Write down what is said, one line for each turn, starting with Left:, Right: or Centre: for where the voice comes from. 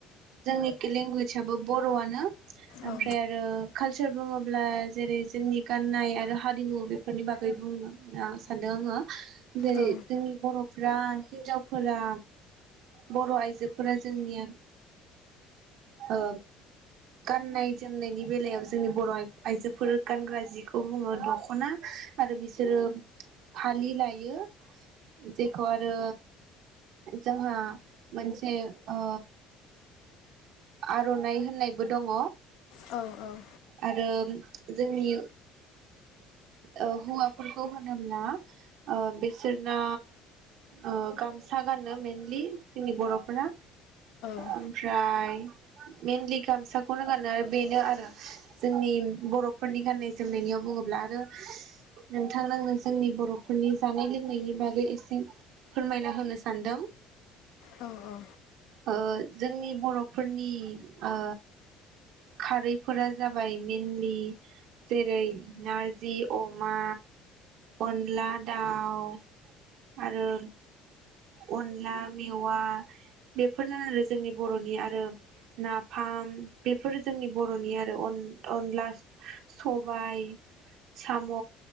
Right: जोंनि लेंगुवेज आबो बर'आनो ओमफ्राय
Left: औ
Right: आरो कालचार बुङोब्ला जेरै जोंनि गाननाय आरो हारिमु बेफोरनि बागै बुंनो सानदों आङो जेरै
Left: औ
Right: जोंनि बर'फ्रा हिनजावफोरा बर' आइजोफोरा जोंनिया ओ गाननाय जोमनायनि बेलायाव जोंनि बर' आइजोफोर गानग्रा जिखौ बुङो दख'ना आरो बिसोरो फालि लायो जेखौ आरो जोंहा मोनसे ओ आर'नाइ होननायबो दङ।
Left: औ औ
Right: ओ जोंनि ओ हौवाफोरखौ होनोब्ला ओ बिसोरना ओ गामसा गानो मेनलि जोंनि बर'फोरा
Left: औ
Right: ओमफ्राय मेनलि गामसाखौनो गानो आरो बेनो आरो जोंनि बर'फोरनि गान्नाय जोमनायनियाव बुङोब्ला आरो नोंथां नो जोंनि बर'फोरनि जानाय लोंनायनि बागै एसे फोरमायना होनो सानदों।
Left: औ औ
Right: ओ जोंनि बर'फोरनि ओ खारैफोरा जाबाय मेनलि जेरै नार जि, अमा, अनला, दाउ आरो अनला मेवा बेफोरनो आरो जोंनि बर'नि आरो नाफाम बेफोरो जोंनि बर'नि आरो अन-अनला, सबाय साम'